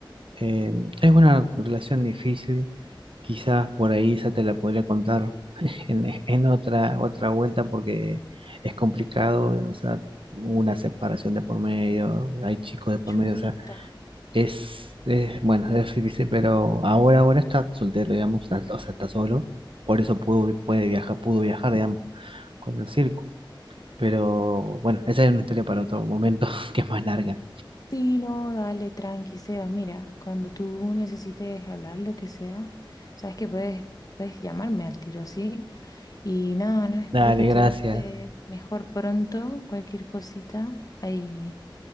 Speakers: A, on the right (about 80°); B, on the left (about 45°).
A: eh, es una relación difícil. Quizás por ahí esa te la podría contar <laughs> en, en otra, otra vuelta porque es complicado. O sea, hubo una separación de por medio, hay chicos de por
B: chuta.
A: medio. O sea, es, es bueno, es difícil, pero ahora, ahora está soltero, digamos. O sea, está solo. Por eso pudo, puede viajar, pudo viajar, digamos, con el circo. Pero bueno, esa es una historia para otro momento <laughs> que es más larga.
B: Sí, no, dale, tranqui, seba Mira, cuando tú necesites hablar lo que sea, sabes que puedes, puedes llamarme al tiro, ¿sí? Y nada, no, espero
A: Dale,
B: que todo
A: gracias.
B: esté mejor pronto. Cualquier cosita, ahí